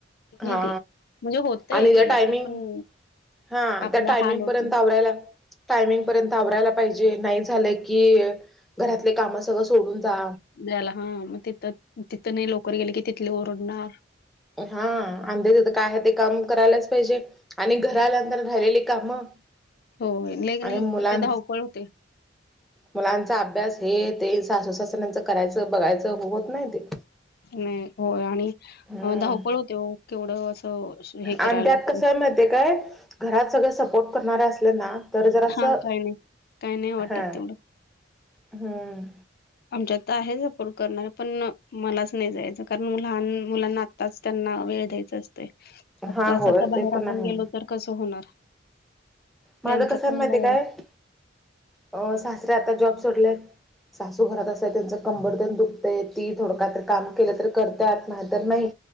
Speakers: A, on the left (about 55°); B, in the centre.
A: निती
B: हा
A: म्हणजे होतय
B: आणि त्या
A: केलं
B: टायमिंग
A: तर पण
B: हा
A: आपला
B: त्या टायमिंग
A: हाल होतो
B: पर्यंत आवरायला टायमिंग पर्यंत आवरायला पाहिजे. नाही झालं की घरातले काम सगळं सोडून जा.
A: द्यायला. हा मग तिथं तिथं नाही लवकर गेल की तिथले ओरडणार.
B: हा आंधी तिथ काय आहे ते काम करायलाच पाहिजे आणि घरालांतर राहिलेली घरेली कामं
A: हो क नाही
B: आणि मुलां
A: ते धावपळ होते.
B: मुलांचा अभ्यास हे ते सासू सासऱ्यांच करायचं बघायचं होत नाही ते
A: नाही होय आणि
B: हम्म
A: धावपळ हो केवढं असं. हे
B: आणि
A: करायला
B: त्यात
A: लागतं
B: कस आहे माहित काय घरात सगळे सपोर्ट करणारे असलं ना तर जरासं
A: हा काय नाही काय नाही वाटत
B: हा
A: तेवढं
B: हम्म.
A: आमच्यात तर आहे सपोर्ट करणार पण मलाच नाही जायचं कारण लहान मुलांना आताच त्यांना वेळ द्यायच असते आताच
B: हा होय
A: आता
B: ते
A: बाहेर
B: पण
A: आपण
B: आहे
A: गेलो तर कसं होणार त्यांच
B: माझं कसं
A: पण
B: आहे माहिती
A: बघ
B: आहे काय.
A: <unintelligible>
B: अ सासरे आता जॉब सोडले सासू घरात असत त्यांचं कंबरलय दुखते ती थोड काही तरी. काम केलं तर करत्यात नाही तर नाही